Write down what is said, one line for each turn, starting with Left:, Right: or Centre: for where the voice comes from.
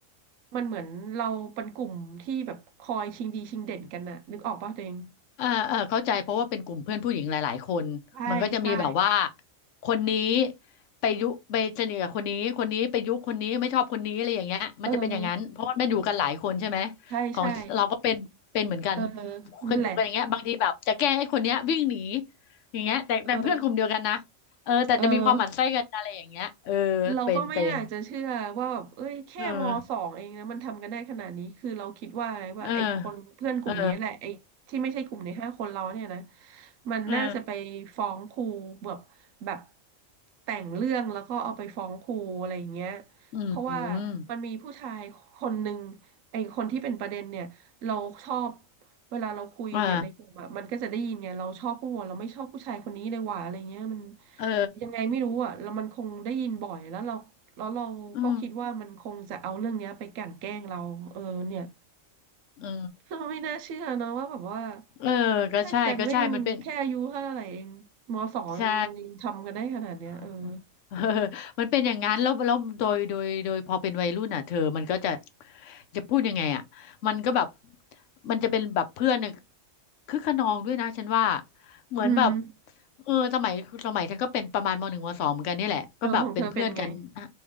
Right: มันเหมือนเราเป็นกลุ่มที่แบบคอยชิงดีชิงเด่นกันน่ะนึกออกป่ะตัวเอง
Left: เออเออเข้าใจเพราะว่าเป็นกลุ่มเพื่อนผู้หญิงหลายๆคนมันก็จะมีแบบว่า
Right: ใช่ใช่
Left: คนนี้ไปยุไปสนิทกับคนนี้คนนี้ไปยุคนนี้ไม่ชอบคนนี้อะไรอย่างเงี้ยมันจะเป็นอย่างนั้นเพราะว่ามันอยู่กันหลายคนใช่ไหม
Right: เออใช่ใช่
Left: ของเราก็เป็นเป็นเหมือนกัน
Right: เออ
Left: เคยดูกันอย่างเงี้ยบางทีแบบจะแกล้งไอ้คนเนี้ยวิ่งหนี
Right: นั่นแหละ
Left: อย่างเงี้ยแต่แต่เพื่อนกลุ่มเดียวกันนะ
Right: เ
Left: เออแต่จะมีความหมั่นไส้กันอะไรอย่างเงี้ยเออ
Right: ออ เราก็ไม่น่าจะเชื่อว่าแบบเอ้ยแค่มสองเองนะมันทำกันได้ขนาดนี้คือเราคิดว่าไงว่าไอ้คนเพื่อนกลุ่มนี้แหละไอ้ที่ไม่ใช่กลุ่มในห้าคนเราเนี่ยนะ
Left: เป็นเป็นเออเออเออ
Right: มันน่าจะไปฟ้องครูแบบแบบ
Left: เออ
Right: แต่งเรื่องแล้วก็เอาไปฟ้องครูอะไรอย่างเงี้ย
Left: อืม
Right: เพราะว่ามันมีผู้ชายคนหนึ่งไอ้คนที่เป็นประเด็นเนี่ย เราชอบเวลาเราคุยในกลุ่มอะมันก็จะได้ยินไงเราชอบผู้วะเราไม่ชอบผู้ชายคนนี้เลยว่ะอะไรเงี้ยมัน
Left: อ่าเออ
Right: ยังไงไม่รู้อะแล้วมันคงได้ยินบ่อยแล้วเราแล้วเราก็คิดว่ามันคงจะเอาเรื่องเนี้ยไปกลั่นแกล้งเราเออเนี่ย
Left: อืม เออ
Right: เราไม่น่าเชื่อเนอะว่าแบบว่า
Left: เออก็ใช่ก็ใช่มันเป็น
Right: เล่นกันแม่งแค่อายุเท่าไหร่เองมสองเองมันยังทำกันได้ขนาดเนี้ยเออ
Left: ใช่ <laughs> เออมันเป็นอย่างนั้นแล้วแล้วโดยโดยโดยพอเป็นวัยรุ่นอ่ะเธอมันก็จะจะพูดยังไงอ่ะมันก็แบบมันจะเป็นแบบเพื่อนเนี่ยคึกขนองด้วยนะฉันว่าเหมือนแบบ
Right: อืม
Left: เออสมัยสมัยฉันก็เป็นประมาณมหนึ่งมสองเหมือนกันนี่แหละก็แบบเป็นเพื่อนกันอ่ะ
Right: เออของเธอเป็นไง